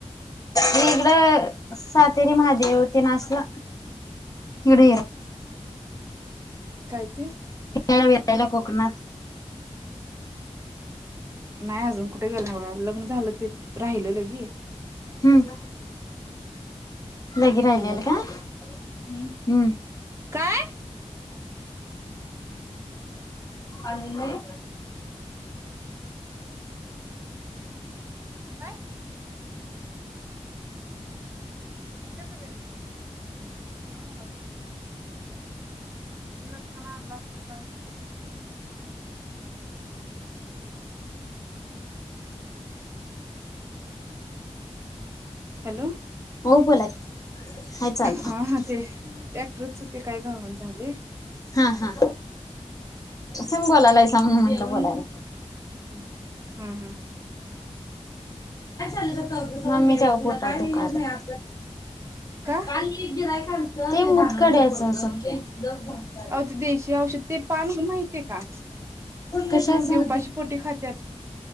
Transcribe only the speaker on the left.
वेगळं सातेरी महादेव ते नाचता हरीहरा
या भेटायला कोकणात
हम्म लगी राहिलेल
का, हम्म
आले नाही.
हो बोला की, हाय चालू
हा हा स बोलालाय स म्हणून म्हणलं बोलायला.
मम्मीच्याव पोटात दुखायलाय.
काल एक गिराइक आलत. कडे ससके - लक भाता
ज
कशाचं?